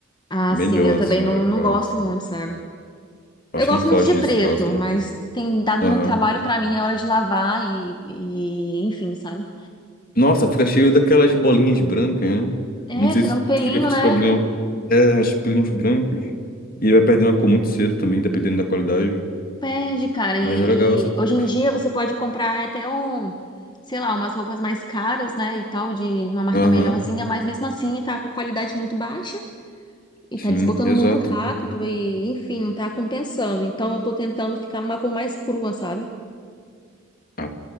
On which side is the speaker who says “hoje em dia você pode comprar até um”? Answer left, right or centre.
Left